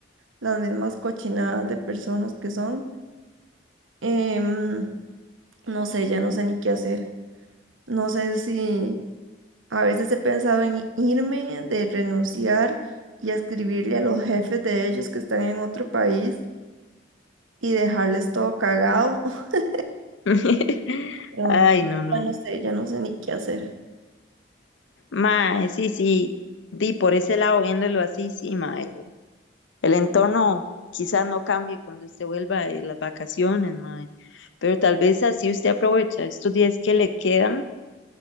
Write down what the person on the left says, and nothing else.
<laughs>
Ay, no, no.
Mae, sí, sí, di por ese lado, viéndolo así, sí, mae. El entorno quizás no cambie cuando usted vuelva de las vacaciones, mae, pero tal vez así usted aprovecha estos días que le quedan